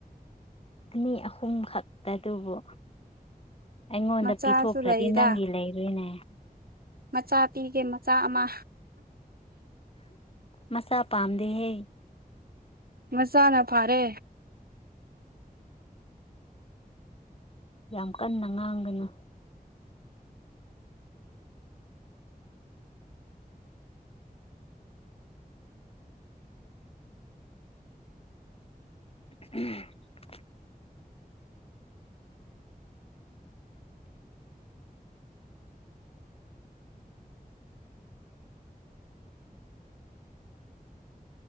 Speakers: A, on the left; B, on the right.
A: ꯑꯅꯤ ꯑꯍꯨꯝ ꯈꯛꯇꯗꯨꯕꯨ ꯑꯩꯉꯣꯟꯗ
B: ꯃꯆꯥꯁꯨ
A: ꯄꯤꯊꯣꯛꯈ꯭ꯔꯗꯤ
B: ꯂꯩꯗ
A: ꯅꯪꯒꯤ ꯂꯩꯔꯣꯢꯅꯦ
B: ꯃꯆꯥ ꯄꯤꯒꯦ ꯃꯆꯥ ꯑꯃ
A: ꯃꯆꯥ ꯄꯥꯝꯗꯦꯍꯦ
B: ꯃꯆꯥꯥꯅ ꯐꯥꯔꯦ
A: ꯌꯥꯝ ꯀꯟꯅ ꯉꯥꯡꯒꯅꯨ ꯎꯝ <unintelligible>